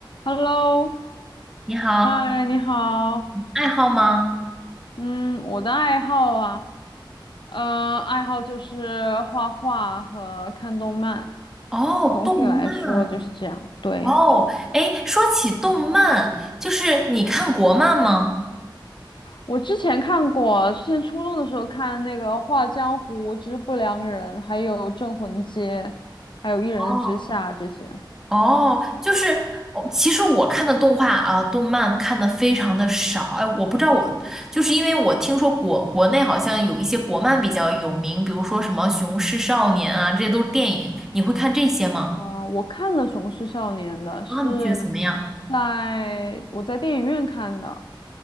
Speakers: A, on the left; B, in the centre.
A: Hello，
B: 你好，
A: 嗨，你好。
B: 爱好吗？
A: 嗯，我的爱好啊，呃，爱好就是画画和看动漫。
B: 哦，
A: 总体来说就是这样。
B: 动漫。
A: 对，
B: 哦，哎，说起动漫，就是你看国漫吗？
A: 我之前看过，之前初中的时候看那个《画江湖之不良人》，还有《镇魂街》，还有《一人之下》这些。
B: 哦，哦，就是哦，其实我看的动画啊，动漫看的非常的少。哎，我不知道我，就是因为我听说国国内好像有一些国漫比较有名，比如说什么《雄狮少年》啊，这些都是电影。你会看这些吗？
A: 哦我看了《雄狮少年》的，
B: 啊，
A: 是
B: 你觉得怎么样？
A: 在我在电影院看的。